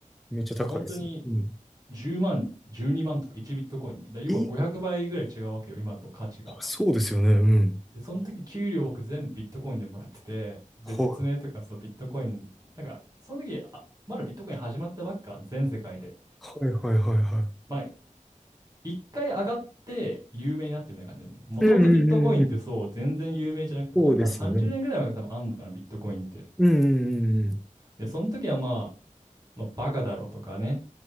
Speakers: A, in the centre; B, on the right.
A: めっちゃ高いですね。
B: まあ、本当に
A: うん。
B: 10万、12万とか1ビットコインで、だから要は500倍ぐらい違うわけよ、
A: え、
B: 今と価値が。
A: あそうですよね。うん。
B: で、その時給料僕全部ビットコインでもらってて、で、
A: はい。
B: 説明とかそうビットコイン、なんかその時、あ、まだビットコイン始まったばっか、全世界で。
A: はいはいはいは
B: まあ、一回上がって有名になってみたいな感じなんだよもともとビットコインってそう全然有名じゃなくて、
A: い。うんうんうんうん。そうですよね。
B: 本当は30年ぐらい前から多分あんのかな、ビットコインって。
A: うんうんうんうん。
B: で、その時はまあ、まあ、バカだろうとかね、